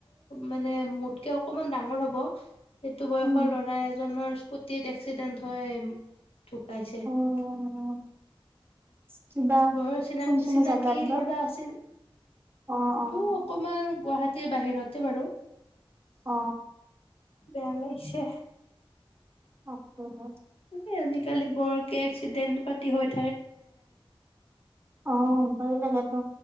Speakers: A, on the left; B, on the right.
A: মানে মোতকে অকমান ডাঙৰ হব এইটো বয়সৰ
B: উম,
A: ল'ৰা এজনৰ ইচকুতিত একেচিডেণ্ট হয় ঢুকাইছে
B: অ', কিবা
A: বৰ চিনাকি
B: কোনখিনি
A: চিনাকি
B: জেগাত বা
A: ল'ৰা আছিল
B: অ',
A: এইটো
B: অ',
A: অকমান গুৱাহাটীৰ বাহিৰতে বাৰু
B: অ
A: বেয়া লাগিছে
B: অছ হয়
A: এ আজিকালি বৰকৈ এক্সিডেণ্ট পাতি হৈ থ
B: অ ভয় লাগে টো